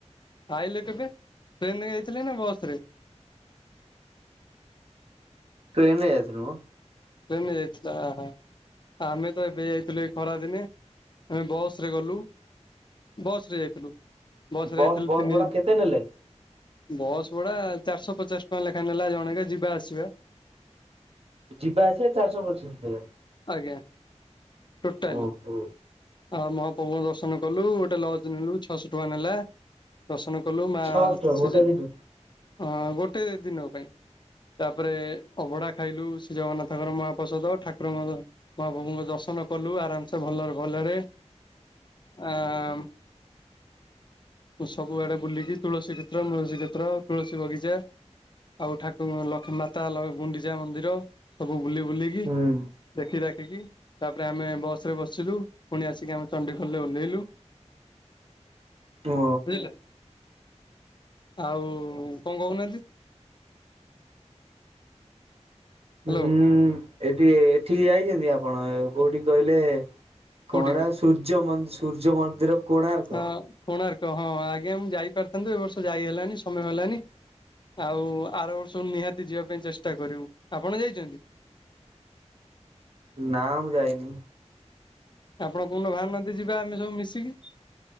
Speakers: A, on the left (about 40°); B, on the right (about 55°).
A: ଆଇଲେ କେବେ? ଟ୍ରେନରେ ଯାଇଥିଲେ ନା ବସରେ?
B: ଟ୍ରେନ ରେ ଯାଇଥିଲୁ ମ।
A: ଟ୍ରେନ ଯାଇଥିଲା ଆହା ଆମେ ତ ଏବେ ଯାଇଥିଲୁ ଏ ଖରା ଦିନେ। ଆମେ ବସ୍ ବସରେ ଗଲୁ ବସ ରେ ଯାଇଥିଲୁ ବସ
B: ବସ୍
A: ରେ ଯାଇଥିଲୁ
B: ବସ୍
A: ତିନି
B: ଭଡା କେତେ ନେଲେ
A: ବସ୍ ଭଡା ଚାରିଶହ ପଚାଶ ଟଙ୍କା ଲେଖା ନେଲା ଜଣେକା ଯିବା ଆସିବା।
B: ଯିବା ଆସିବା ଚାରିଶହ ପଚାଶେ।
A: ଆଜ୍ଞା ଟୋଟାଲି।
B: ଓହୋ।
A: ଆଉ ମହାପ୍ରଭୁଙ୍କ ଦର୍ଶନ କଲୁ, ଗୋଟେ ଲଜ୍ ନେଲୁ ଛଅଶହ ଟଙ୍କା ନେଲା। ଦର୍ଶନ କଲୁ ମା
B: ଛଅଶହ ଟଙ୍କା
A: ଶ
B: ଗୋଟା କି ଦୁ
A: ହଁ ଗୋଟେ ଦିନକ ପାଇଁ, ତାପରେ ଅଭଡା ଖାଇଲୁ ଶ୍ରୀ ଜଗନ୍ନାଥ ତାପରେ ମହାପ୍ରସାଦ, ଠାକୁରଙ୍କ ମହାପ୍ରଭୁଙ୍କ ଦର୍ଶନ କଲୁ ଆରାମସେ ଭଲରେ ଭଲରେ। ଆଁ ସବୁଆଡେ ବୁଲିକି ତୁଳସୀ କ୍ଷେତ୍ର, ତୁଳସୀ କ୍ଷେତ୍ର, ତୁଳସୀ ବଗିଚା ଆଉ ଠାକୁ ଲକ୍ଷ୍ମୀ ମାତା, ଗୁଣ୍ଡିଚା ମନ୍ଦିର, ସବୁ ବୁଲି ବୁଲିକି
B: ହୁଁ
A: ଦେଖି ଦାଖିକି ତାପରେ ଆମେ ବସ ରେ ବସିଲୁ, ପୁଣି ଆସିକି ଆମେ ଚଣ୍ଡିଖୋଲରେ ଓହ୍ଲେଇଲୁ।
B: ଓ
A: ବୁଝିଲେ, ଆଉ କଣ କହୁନାହାନ୍ତି? ହ୍ୟାଲୋ
B: ହୁଁ ଏଠି ଏଠିକି ଯାଇଛନ୍ତି ଆପଣ, କୋଉଠିକି କହିଲେ?
A: କୋଉଠିକି
B: କୋଣା ସୂର୍ଯ୍ୟ ମନ୍ ସୂର୍ଯ୍ୟ ମନ୍ଦିର? କୋଣାର୍କ
A: ହଁ କୋଣାର୍କ ହଁ ଆଜ୍ଞା ମୁଁ ଯାଇ ପାରଥାନ୍ତି, ଏ ବର୍ଷ ଯାଇ ହେଲାନି ସମୟ ହେଲାନି। ଆଉ ଆର ବର୍ଷକୁ ନିହାତି ଯିବା ପାଇଁ ଚେଷ୍ଟା କରିବୁ, ଆପଣ ଯାଇଚନ୍ତି?
B: ନାଁ ମୁଁ ଯାଇନି।
A: ଆପଣ କୋଉ ଦିନ ବାହାରୁନାହାନ୍ତି ଯିବା ଆମେ ସବୁ ମିଶିକି।